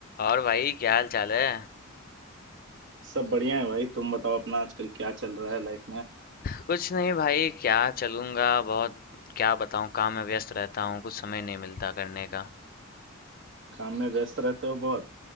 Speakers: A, on the left; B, on the right.
A: और भाई क्या हाल चाल है
B: सब बढ़िया है भाई तुम बताओ अपना आजकल क्या चल रहा है लाइफ में
A: कुछ नहीं भाई क्या चलूंगा बहुत क्या बताऊं काम में व्यस्त रहता हूँ कुछ समय नहीं मिलता करने का
B: काम में व्यस्त रहते हो बहुत